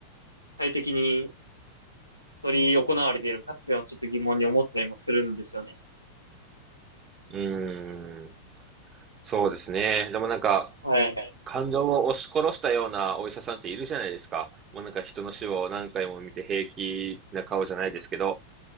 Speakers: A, on the right; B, on the right.
A: 快適に取り行われているかっていうのはちょっと疑問に思ったりもするんですよね。
B: うーん。そうですね。でもなんか、
A: はいはい。
B: 感情を押し殺したようなお医者さんっているじゃないですか。もうなんか人の死を何回も見て平気な顔じゃないですけど。